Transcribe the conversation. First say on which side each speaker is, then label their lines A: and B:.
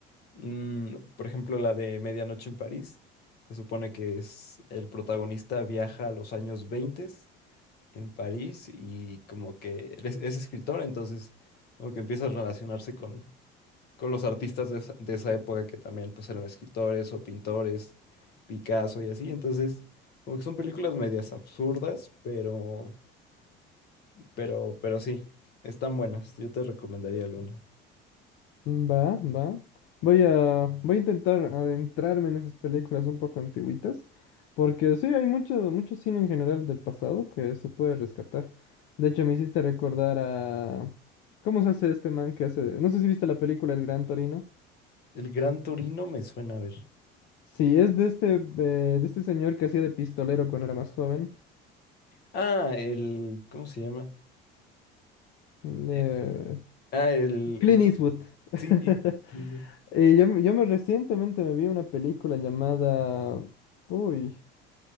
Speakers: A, on the left (about 50°); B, on the left (about 70°).
A: mm, por ejemplo, la de Medianoche en París, se supone que es el protagonista viaja a los años 20 en París y como que él es, es escritor, entonces como que empieza a relacionarse con, con los artistas de esa, de esa época que también pues eran escritores o pintores, Picasso y así, entonces como que son películas medias absurdas, pero... Pero, pero sí, están buenas. Yo te recomendaría alguna.
B: Mm, Va, va. Voy a, voy a intentar adentrarme en esas películas un poco antiguitas, porque sí, hay mucho, mucho cine en general del pasado que se puede rescatar. De hecho, me hiciste recordar a... ¿Cómo se hace este man que hace... No sé si viste la película El Gran Torino.
A: El Gran Torino me suena a ver.
B: Sí, es de este, eh, de este señor que hacía de pistolero cuando era más joven.
A: Ah, el, ¿cómo se llama?
B: mm, Eh,
A: Eh, Ah, el,
B: Clint
A: el,
B: Eastwood. <laughs>
A: sí. sí, sí.
B: Eh, yo, me- yo me recientemente me vi una película llamada... Uy.